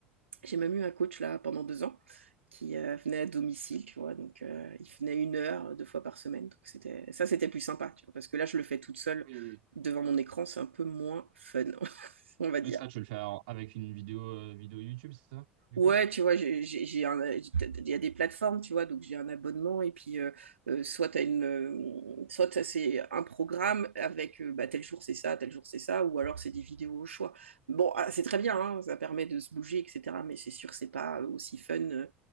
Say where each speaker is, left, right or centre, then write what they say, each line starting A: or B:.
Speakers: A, on the right; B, on the right.
A: j'ai même eu un coach là pendant deux ans qui euh, venait à domicile, tu vois. Donc, euh, il venait une heure, deux fois par semaine. Donc, c'était ça, c'était plus sympa, tu vois, parce que là, je le fais toute seule
B: Oui, oui.
A: devant mon écran, c'est un peu moins fun, <laughs> on va dire.
B: Oui, ça, tu veux le faire avec une vidéo, euh, vidéo YouTube, c'est ça, du
A: Ouais,
B: coup?
A: tu vois, j'ai, j'ai- j'ai un- il y a des plateformes, tu vois, donc j'ai un abonnement et puis euh, euh, soit t'as une, euh, soit t'as- c'est un programme avec euh, bah, tel jour c'est ça, tel jour c'est ça, ou alors c'est des vidéos au choix. Bon, ah, c'est très bien, hein, ça permet de se bouger, etc. Mais c'est sûr, c'est pas aussi fun euh,